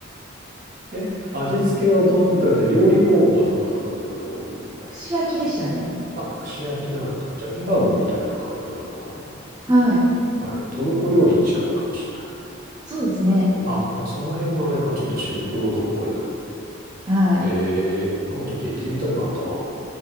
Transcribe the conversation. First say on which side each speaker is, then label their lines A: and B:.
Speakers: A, on the right; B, on the right.
A: え、え、味付けはどん、だって料理方法はどんな感じの料理
B: 串焼きでしたね。
A: あ、串焼きなんだ。じゃあ、ケバブみたいな感じなのか
B: はい。
A: なはい。トルコ料理に近いかもしれない
B: そうですね。
A: な。あ、でもその辺もあれか、ちょっとシルクロードっぽいな。
B: はい。
A: ええなんかちょっと行ってみたくなったな